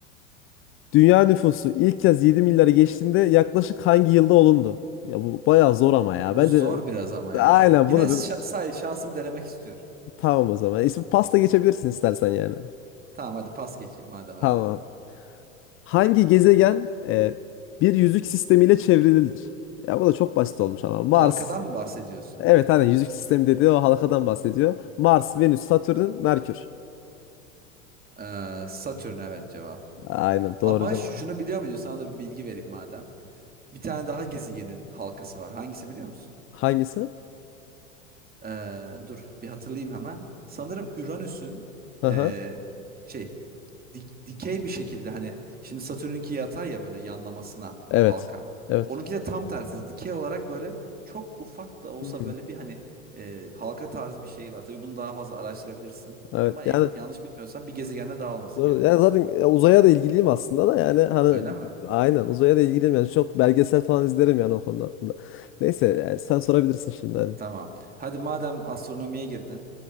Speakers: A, on the left (about 35°); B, on the right (about 25°).
A: Dünya nüfusu ilk kez 7 milyarı geçtiğinde yaklaşık hangi yılda olundu? Ya bu bayağı zor ama ya.
B: Bu
A: Bence
B: zor biraz ama ya.
A: aynen
B: Yine
A: bunu
B: şa-
A: bir-
B: say şansımı denemek istiyorum.
A: tamam o zaman. İsmi pasta geçebilirsin istersen yani.
B: Tamam hadi pas geçeyim madem öyle
A: Tamam.
B: dedin.
A: Hangi gezegen e, bir yüzük sistemiyle çevrilidir? Ya bu da çok basit olmuş ama Mars,
B: Halkadan mı bahsediyorsun?
A: Evet aynen yüzük sistemi dediği o halkadan bahsediyor. Mars, Venüs, Satürn, Merkür.
B: Ee, Satürn evet cevap.
A: Aynen doğru
B: Ama
A: cevap.
B: ş- şunu biliyor muydun? Sana da bir bilgi vereyim madem. Bir tane daha gezegenin halkası var. Hangisi biliyor musun?
A: Hangisi?
B: Ee, dur bir hatırlayayım hemen. Sanırım Uranüs'ün
A: Aha.
B: ee, şey dik- dikey bir şekilde hani şimdi Satürn'ünki yatay ya böyle yanlamasına
A: Evet.
B: halka.
A: Evet.
B: Onunki de tam tersi dikey olarak böyle çok ufak da olsa
A: Hmm.
B: böyle bir hani ee, halka tarzı bir şey var. Tabii bunu daha fazla araştırabilirsin.
A: Evet.
B: Ama
A: Yani
B: e, yanlış bilmiyorsam bir gezegende daha olması
A: doğru.
B: gerek.
A: Yani zaten e, uzaya da ilgiliyim aslında da yani hani
B: Öyle mi?
A: aynen uzaya da ilgiliyim yani çok belgesel falan izlerim yani o konuda aslında. Neyse yani sen sorabilirsin şimdi hadi.
B: Tamam. Hadi madem astronomiye girdin,